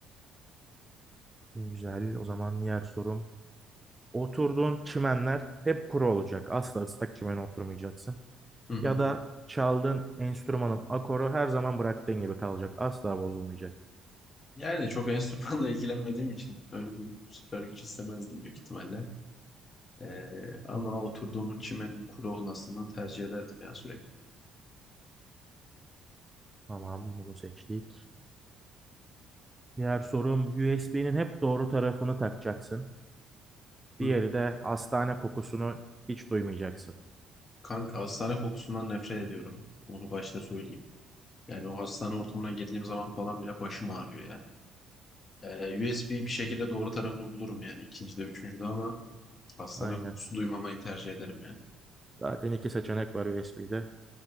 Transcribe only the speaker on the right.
Güzel. O zaman diğer sorum. Oturduğun çimenler hep kuru olacak. Asla ıslak çimene oturmayacaksın.
ya da çaldığın enstrümanın akoru her zaman bıraktığın gibi kalacak. Asla bozulmayacak.
Tamam, bunu seçtik. Diğer sorum USB'nin hep doğru tarafını takacaksın.
Diğeri de hastane kokusunu hiç duymayacaksın.
Aynen.
Zaten iki seçenek var USB'de.